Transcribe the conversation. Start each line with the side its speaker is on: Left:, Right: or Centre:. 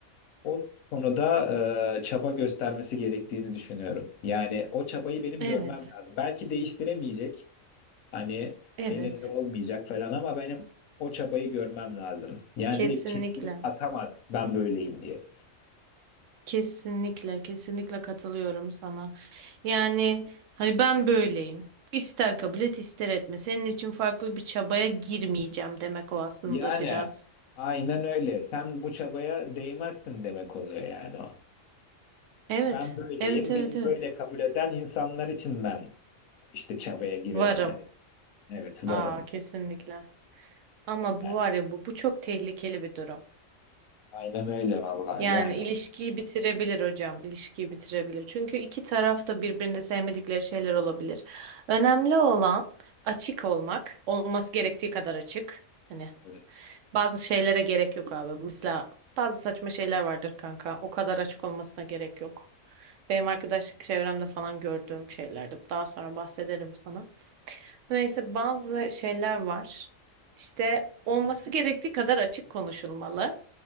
Left: o konuda e, çaba göstermesi gerektiğini düşünüyorum. Yani o çabayı benim
Right: Evet.
Left: görmem lazım. Belki değiştiremeyecek. Hani
Right: Evet.
Left: elinde olmayacak falan ama benim o çabayı görmem lazım. Yani
Right: Kesinlikle.
Left: direkt kestirip atamaz ben böyleyim diye.
Right: Kesinlikle. Kesinlikle katılıyorum sana. Yani hani ben böyleyim. İster kabul et ister etme. Senin için farklı bir çabaya girmeyeceğim demek o aslında
Left: Yani
Right: biraz.
Left: aynen öyle. Sen bu çabaya değmezsin demek oluyor yani o.
Right: Evet.
Left: Ben böyleyim,
Right: Evet evet
Left: beni
Right: evet.
Left: böyle kabul eden insanlar için ben işte çabaya girerim
Right: Varım.
Left: demek. Evet varım.
Right: Aa kesinlikle. Ama
Left: Yani
Right: bu var ya bu bu çok tehlikeli bir durum.
Left: Aynen öyle vallahi.
Right: Yani
Left: Yani
Right: ilişkiyi bitirebilir hocam, ilişkiyi bitirebilir. Çünkü iki taraf da birbirini sevmedikleri şeyler olabilir. Önemli olan açık olmak, olması gerektiği kadar açık. Hani
Left: evet.
Right: bazı şeylere gerek yok abi. Mesela bazı saçma şeyler vardır kanka. O kadar açık olmasına gerek yok. Benim arkadaşlık çevremde falan gördüğüm şeylerdi. Daha sonra bahsederim sana. Neyse bazı şeyler var. İşte olması gerektiği kadar açık konuşulmalı.